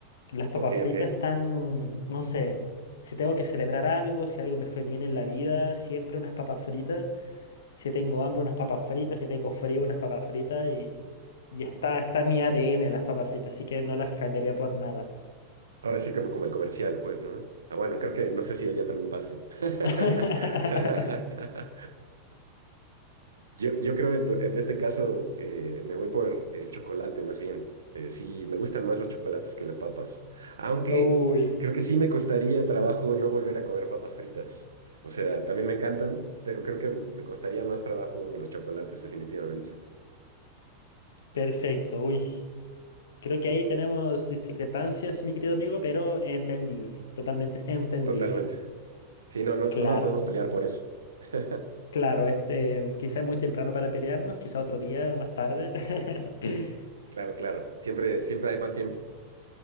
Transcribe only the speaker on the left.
Las papas
fritas
están, no sé, si tengo que celebrar algo, si algo me fue bien en la vida, siempre unas papas fritas. Si tengo hambre, unas papas fritas. Si tengo frío, unas papas fritas. Y, y está, está en mi ADN las papas fritas, así que no las cambiaría por nada.
<laughs>
Uy,
perfecto, uy. Creo que ahí tenemos discrepancias, mi querido amigo, pero entendible, totalmente entendible.
Claro.
Claro, este, quizá es muy temprano para pelearnos, quizá otro día más tarde. <laughs>